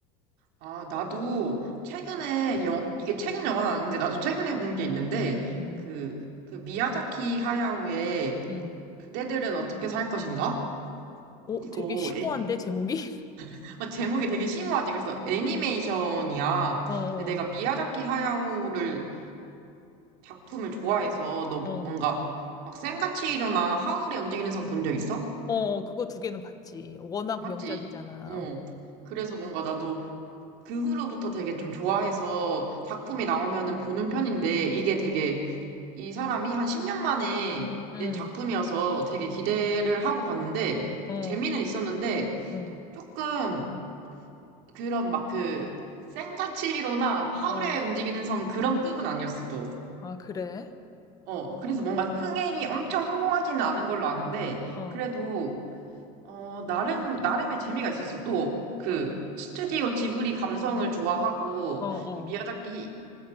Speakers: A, on the right (about 60°); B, on the left (about 20°).
A: 아, 나도 최근에, 영, 이게 최근 영화는 아닌데, 나도 최근에 본 게 있는데,
B: 음,
A: 그, 그 미야자키 하야오의
B: 음.
A: 그대들은 어떻게 살 것인가?
B: 오,
A: 이거,
B: 되게 심오한데,
A: 애-
B: 제목이? <laughs>
A: <laughs> 제목이 되게 심오하지. 그래서 애니메이션이야.
B: 어,
A: 근데 내가 미야자키 하야오를, 작품을 좋아해서, 너 뭐,
B: 어,
A: 뭔가, 막 센과 치히로나 하울의 움직이는 성 본 적 있어?
B: 어, 그거 두 개는 봤지. 워낙
A: 맞지?
B: 명작이잖아.
A: 어. 그래서 뭔가 나도 그 후로부터 되게 좀 좋아해서 작품이 나오면은 보는 편인데 이게 되게 이 사람이 한 10년 만에
B: 응,
A: 낸 작품이어서 되게 기대를 하고 봤는데
B: 어,
A: 재미는 있었는데
B: 응,
A: 조금 그런 막 그 생자치로나 하울의
B: 어.
A: 움직이는 성 그런 급은 아니었어 또.
B: 아, 그래?
A: 어, 그래서 뭔가 흥행이 엄청 성공하지는 않은 걸로 아는데
B: 어,
A: 그래도 어, 나름, 나름의 재미가 있었어. 또, 그, 스튜디오 지브리 감성을 좋아하고,
B: 어, 어.
A: 이 미야자키